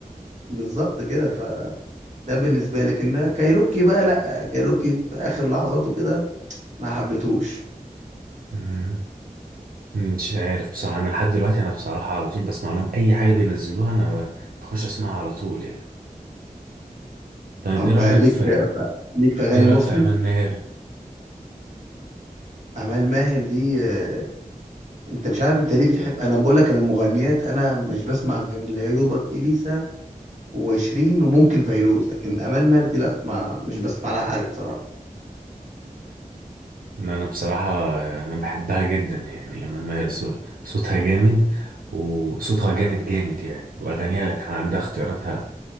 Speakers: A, on the right; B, on the right.
A: بالظبط كده ف ده بالنسبة لك ان كايروكي بقى لا كايروكي في آخر لحظاته كده ما حبيتهوش
B: مم. مش عارف بصراحة أنا لحد دلوقتي أنا بصراحة على طول بسمع لهم أي حاجة بينزلوها أنا ب- بخش أسمعها على طول يعني طيب
A: طب
B: إيه رأيك
A: ليك
B: في
A: ف... ليك في أغاني
B: إيه رأيك
A: مسلم
B: في أمال ماهر؟
A: أمال ماهر دي آه، أنت مش عارف أنت ليه بتحب أنا بقول لك أنا مغنيات أنا مش بسمع غير ليوبك إليسا وشيرين وممكن فيروز لكن أمال ماهر دي لا ما مش بسمع لها حاجة بصراحة
B: ما أنا بصراحة أنا بحبها جدا يعني أمال ماهر صو- صوتها جامد وصوتها جامد جامد يعني وأغانيها كان عندها اختياراتها